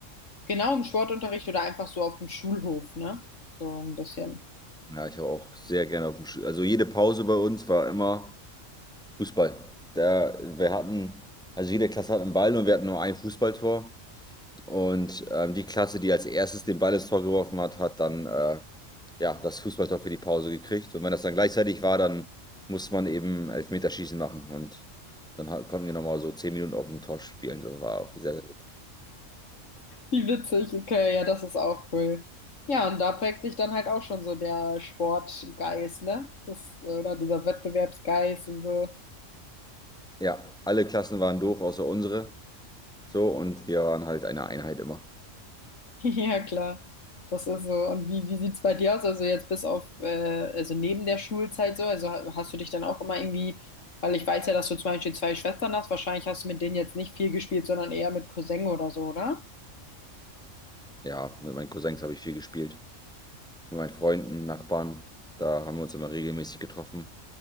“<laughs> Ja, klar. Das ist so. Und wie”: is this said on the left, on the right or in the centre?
Left